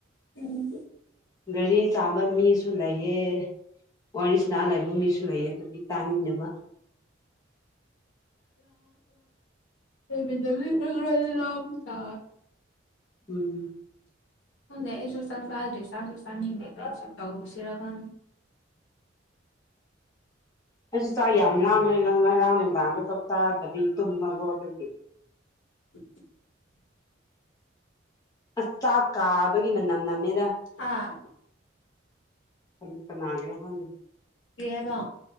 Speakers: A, on the left; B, on the left.
A: ꯎꯝ
B: ꯒꯥꯔꯤ ꯆꯥꯝꯕ ꯃꯤꯁꯨ ꯂꯩꯑ ꯋꯥꯔꯤꯁꯤꯅꯥ ꯂꯩꯕ ꯃꯤꯁꯨ ꯂꯩꯌꯦ ꯑꯗꯨꯒꯤ ꯇꯥꯅꯤꯡꯗꯕ
A: ꯂꯕꯤꯗ ꯂ ꯆ
B: ꯎꯝ
A: ꯑꯩꯁꯨ ꯆꯪ ꯆꯥꯗ꯭ꯔꯦ ꯆꯁꯨ ꯆꯥꯟꯅꯤꯡꯗꯦ ꯀꯁꯨ ꯆꯎꯁꯦꯔꯒꯥꯟ
B: ꯑꯩ ꯆꯥꯛ ꯌꯥꯝ ꯂꯥꯡꯕꯅꯤꯦ ꯉ ꯉꯔꯥꯡ ꯅꯨꯕꯗ ꯆꯥꯛ ꯆꯥꯗꯕꯤ ꯇꯨꯝꯃꯒꯣ ꯑꯗꯨꯒꯤ
A: <inaudible>
B: ꯑꯁ ꯆꯥꯛ ꯀꯥꯕꯒꯤ ꯃꯅꯝ ꯅꯝꯃꯦꯗ
A: ꯑꯥ
B: ꯀ ꯀꯅꯥꯒꯦꯅꯣ ꯍꯥꯟ
A: ꯀ ꯍꯥꯏꯕ